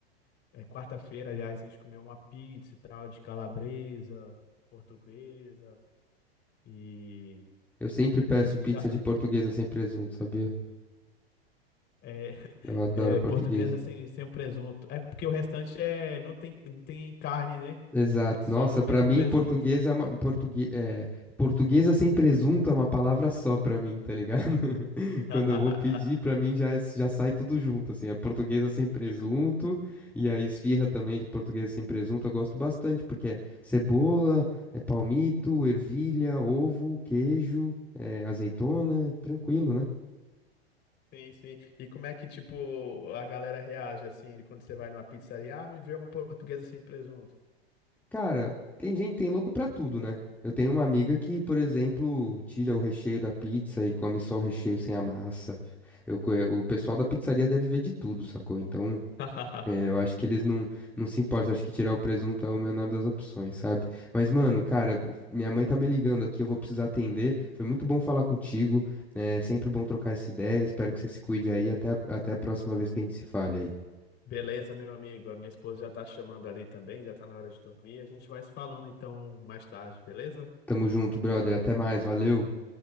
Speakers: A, on the left (about 35°); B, in the centre.
A: É, quarta-feira, aliás, a gente comeu uma pizza e tal, de calabresa, portuguesa e,
B: Eu sempre peço
A: e
B: pizza
A: já
B: de portuguesa sem presunto, sabia?
A: é,
B: Eu
A: <laughs>
B: adoro
A: é,
B: portuguesa.
A: portuguesa sem, sem o presunto. É porque o restante é não tem, não tem carne, né?
B: Exato.
A: É só
B: Nossa,
A: o
B: pra
A: mesmo
B: mim,
A: presunto.
B: português é uma portugue... é, portuguesa sem presunto é uma palavra só pra mim, tá ligado? <laughs>
A: <laughs>
B: Quando eu vou pedir, pra mim já é- já sai tudo junto, assim. É portuguesa sem presunto
A: E co-
B: e a esfirra também de portuguesa sem presunto eu gosto bastante, porque é cebola, é palmito, ervilha, ovo, queijo, é azeitona, tranquilo, né?
A: sim, sim. E como é que, tipo, a galera reage assim quando você vai numa pizzaria? Ah, me vê uma portuguesa sem presunto.
B: Cara, tem gente, tem louco pra tudo, né? Eu tenho uma amiga que, por exemplo, tira o recheio da pizza e come só o recheio sem a massa. Eu, co- o pessoal da pizzaria deve ver de tudo, sacou? Então,
A: <laughs>
B: é, eu acho que eles não, não se importam. Acho que tirar o presunto é o menor das opções, sabe? Mas, mano, cara, minha mãe tá me ligando aqui, eu vou precisar atender. Foi muito bom falar contigo. É sempre bom trocar essa ideia. Espero que você se cuide aí. Até, a- até a próxima vez que a gente se fale aí.
A: Beleza, meu amigo. A minha esposa já tá chamando ali também, já tá na hora de dormir. A gente vai se falando então mais tarde, beleza?
B: Tamo junto, brother. Até mais. Valeu.